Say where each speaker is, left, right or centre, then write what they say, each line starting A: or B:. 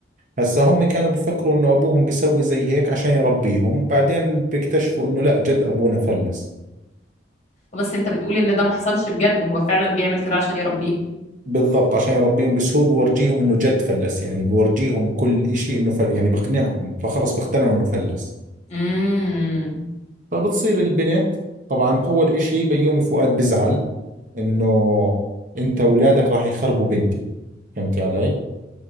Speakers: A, on the right; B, on the left.
A: هسه هم كانوا بيفكروا انه ابوهم بيسوي زي هيك عشان يربيهم بعدين بيكتشفوا انه لا جد ابونا فلس
B: بس انت بتقول ان ده ما حصلش بجد هو فعلا بيعمل كده عشان يربيهم
A: بالضبط عشان يربيهم بس هو بورجيهم انه جد فلس يعني بورجيهم كل اشي انه فل... يعني بقنعهم فخلص بيقتنعوا انه فلس
B: امم
A: فبتصير البنت طبعا اول اشي بيومي فؤاد بزعل انه انت اولادك راح يخربوا بنتي فهمتي علي